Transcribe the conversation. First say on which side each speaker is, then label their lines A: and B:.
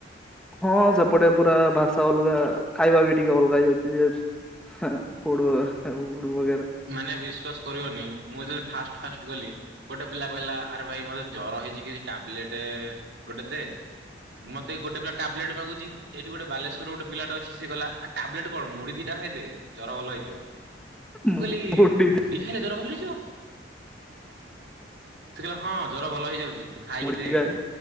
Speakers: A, in the centre; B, on the right.
A: ହଁ ସେପଟେ ପୁରା ଭାଷା ଅଲଗା ଖାଇବା ବି ଟିକେ ଅଲଗା ହେଇଯାଉଛି ଯେ ହ ପୋଡ ବେରା।
B: ମାନେ ବିଶ୍ୱାସ କରିବନି ମୁଁ ଯେବେଳେ ଫାଷ୍ଟ୍ ଫାଷ୍ଟ୍ ଗଲି। ଗୋଟେ ପିଲା କହିଲା ଆରେ ଭାଇ ମତେ ଜର ହେଇଛି କିଛି ଟାବ୍ଲେଟ୍ ଗୋଟେ ଦେ। ମତେ ଗୋଟେ ପିଲା ଟାବ୍ଲେଟ୍ ମାଗୁଛି। ଏଇଠି ଗୋଟେ ବାଲେଶ୍ୱର୍ ଗୋଟେ ପିଲା ଅଛି ସେ କହିଲା ଆଉ ଟାବ୍ଲେଟ୍ କଣ ମୁଡି ଦିଟା ଖାଇଦେ ଜର ଭଲ ହେଇଯିବ। ମୁଁ
A: ମୁଢି
B: କହିଲି? ମୁଢି ଖାଇଲେ ଜର ଭଲ ହେଇଯିବ? ସେ କହିଲା ହଁ ଜର ଭଲ ହେଇଯାଉଛି। ତୁ ଖାଇକି
A: ମୁଢି
B: ଦେଖେ।
A: ଖାଏ